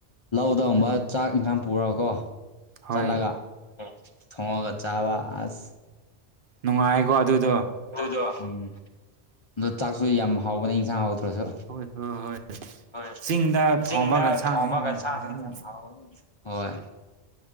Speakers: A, on the left; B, on the right.
A: ꯂꯧꯗꯒꯨꯝꯕ
B: ꯑꯗꯨꯒꯤꯅꯤ
A: ꯆꯥꯛ ꯏꯟꯈꯥꯡ ꯄꯨꯔꯒꯀꯣ
B: ꯍꯣꯏ
A: ꯆꯠꯂꯒ ꯊꯣꯡꯉꯒ ꯆꯥꯕ ꯑꯁ
B: ꯅꯨꯡꯉꯥꯏꯀꯣ ꯑꯗꯨꯗꯣ
A: ꯗꯝ
B: <inaudible>
A: ꯑꯗꯣ ꯆꯥꯛꯁꯨ ꯌꯥꯝ ꯍꯥꯎꯕꯅꯦ ꯏꯟꯁꯥꯡ ꯍꯥꯎꯗ꯭ꯔꯁꯨ
B: ꯍꯣꯏ ꯍꯣꯏ ꯍꯣꯏ
A: ꯍꯣꯏ
B: ꯆꯤꯡꯗ
A: ꯆꯤꯡꯗ
B: ꯊꯣꯡꯕ ꯒꯟꯁꯥꯡꯁꯤꯡ
A: ꯊꯣꯝꯃꯒ
B: ꯌꯥꯝ
A: ꯊ
B: ꯍꯥꯎꯒꯅꯤ
A: ꯌꯥꯝ ꯍꯥꯎ ꯍꯣꯏ